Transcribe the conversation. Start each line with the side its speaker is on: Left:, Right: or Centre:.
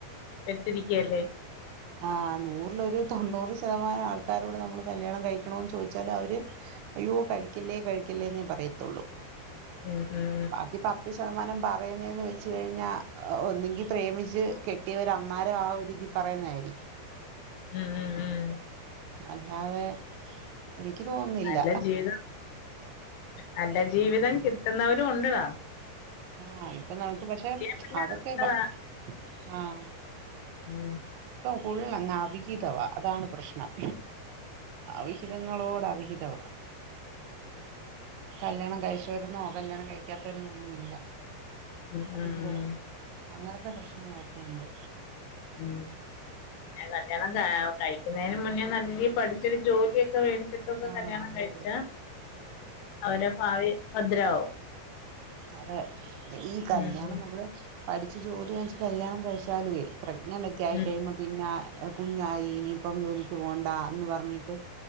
Left: ചിരിക്കല്ലേ
Right: ആ നൂറിലൊരു തൊണ്ണൂറ് ശതമാനം ആൾക്കാരോട് ന മോള്കല്യാണം കഴിക്കണോന്ന് ചോയ്ച്ചാല് അവര് അയ്യോ കഴിക്കല്ലേ കഴിക്കല്ലേന്നേ പറയത്തൊള്ളൂ
Left: ഉം ഉം
Right: ബാക്കി പത്ത് ശതമാനം പറയുന്നേന്ന് വെച്ച് കഴിഞ്ഞാ ഒന്നിങ്കി പ്രേമിച്ച് കെട്ടിയവരന്നാരം ആ ഒരിതീ പറയുന്നാരി
Left: ഉം ഉം ഉം
Right: അല്ലാതെ എനിക്ക് തോന്നുന്നില്ല
Left: നല്ല ജീവിതം നല്ല ജീവിതം കിട്ടുന്നവരും ഉണ്ട്ടാ
Right: ആഹ് ഇപ്പൊ നമുക്ക് പക്ഷെ
Left: പിന്നെ
Right: അതൊക്കെ
Left: നല്ലതാ
Right: വ ആഹ്
Left: ഉം
Right: ഫുൾ അങ്ങ് അവിഹിതവാ അതാണ് പ്രശ് നം അവിഹിതങ്ങളോട് അവിഹിതവ കല്യാണം കഴിച്ചവരന്നോ കല്യാണം കഴിക്കാത്തവരന്നോ ഒന്നും ഇല്ല
Left: ഉം ഉം
Right: അവിഹിതവായി
Left: ഉം
Right: അങ്ങനത്തെ പ്രശ്നങ്ങളൊക്കെ ഉണ്ട്
Left: ഉം പിന്ന കല്യാണം കാ കഴിക്കു ന്നേറും മുന്നേ നല്ല രീ പഠിച്ചൊരു ജോലിയെക്കെ വേടിച്ച് <unintelligible> ക്കെ
Right: ആഹ്
Left: കല്യാണം
Right: അതെ
Left: കഴിച്ച അവരെ ഭാവി ഭദ്രാവും
Right: അതെ ഈ കല്യാണം
Left: ഉം ഉം
Right: നമ്മള് പഠിച്ച് ജോലി വാങ്ങിച്ച് കല്യാണം കഴിച്ചാലുവേ പ്രഗ്നന്റ് ഒക്കെ ആയി
Left: ഉം
Right: കഴിയുമ്പം പിന്നാ കുഞ്ഞായി ഇനിയിപ്പം ജോലിക്ക് പോവണ്ട എന്ന് പറഞ്ഞിട്ട്